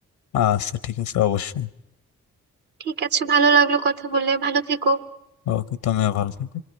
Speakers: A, on the left; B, on the right.
A: আচ্ছা ঠিক আছে অবশ্যই
B: ঠিক আছে ভালো লাগলো কথা বলে ভালো থেকো
A: ওকে তুমিও ভালো থেকো